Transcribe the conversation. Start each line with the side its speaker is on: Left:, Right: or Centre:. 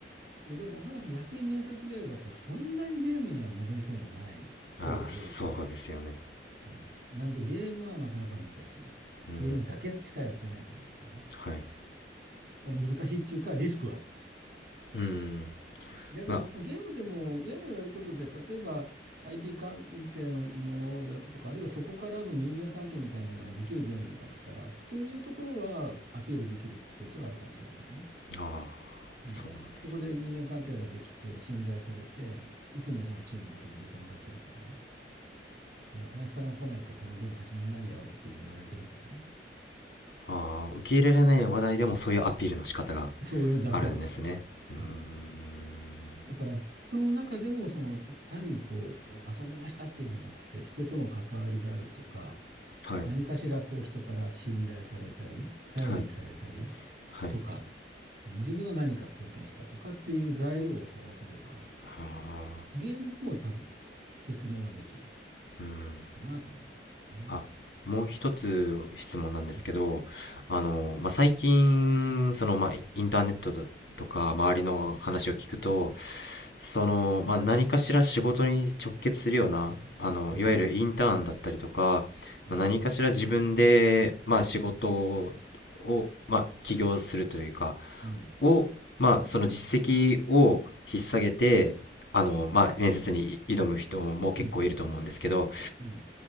Right: おでもおそらく役員面接ぐらいだと、そんなにゲームにはのめり込んでない層が多いから、
Left: ああ、そうですよね。
Right: うん、なんでゲームはなかなか難しい。
Left: うーん、
Right: ゲームだけしかやってないとなるとね。
Left: はい。
Right: うん、難しいっていうか、リスクはある。
Left: うーん、
Right: だけど、
Left: まあ、
Right: ゲームでも、ゲームをやることで、例えば IT 関係のものでとか、あるいはそこからの人間関係みたいなのができるゲームがあるから、そういうところはアピールできるポイントがあるかもしれませんね。
Left: ああ、
Right: うん。
Left: そうなんですね。
Right: そこで人間関係ができて、信頼されて、いつもそのチームの中に入れてもらってるとかね。その林さんが来ないとこのゲーム始まらないんだよっていうふうに言われてるとかね。
Left: ああ、受け入れられない話題でもそういうアピールの仕方が
Right: そういうアピールの仕方だ。
Left: あるんですね。うーん、
Right: うん。だから、その中でも、その、単にこう、遊んでましたっていうじゃなくて、人との関わりであるとか、
Left: はい、
Right: 何かしらこう、人から信頼されたり、頼りにされたり
Left: はい、はい。
Right: とか、自分が何か貢献したとかっていう材料を探せれば、
Left: ああ、
Right: ゲームでも多分、説明はできる
Left: うん。
Right: かなと思いますけどね。
Left: あもう一つ質問なんですけど、
Right: はい。
Left: あの、まあ、最近、その、まあ、インターネットだとか、周りの話を聞くと、その、まあ、何かしら仕事に直結するような、あの、
Right: うん、
Left: いわゆるインターンだったりとか、
Right: うん、
Left: まあ、何かしら自分で、まあ、仕事を、
Right: うん、
Left: まあ、起業するというか、
Right: うん、
Left: を、まあ、その実績を引っ提げて、
Right: うん、
Left: あの、
Right: うん、
Left: まあ、面接に挑む人も結構いると思うんですけど、
Right: うん、うん、